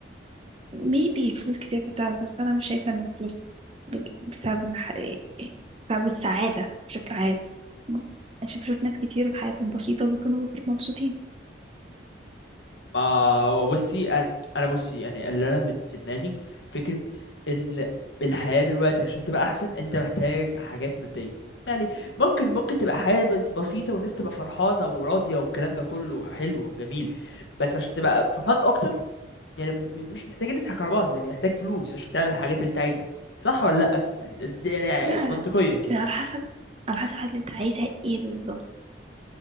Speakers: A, on the right; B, on the left.
A: ميبي فلوس كتير بتساعد بس انا مش شايفه ان الفلوس ب- بتساعد إن ح- بتساعد السعاده بشكل عام م- انا شايفة- بشوف ناس كتير في حياتهم بسيطه وبيكونوا مبسوطين
B: ما هو بصي انا أنا بصي يعني اللي انا في في دماغي فكره ان الحياه دلوقتي عشان تبقى احسن انت محتاج حاجات ماديه يعني ممكن ممكن تبقى حياه بس بسيطه والناس تبقى فرحانه وراضيه والكلام ده كله حلو وجميل بس عشان تبقى فرحان اكتر يعني م- مش محتاجين نضحك على بعض يعني محتاج فلوس عشان تعمل الحاجات اللي انت عايزها صح ولا لا يعني ده- ده- يعني
A: لا
B: منطقيا كده
A: لا على حسب على حسب اللي انت عايزها ايه بالظبط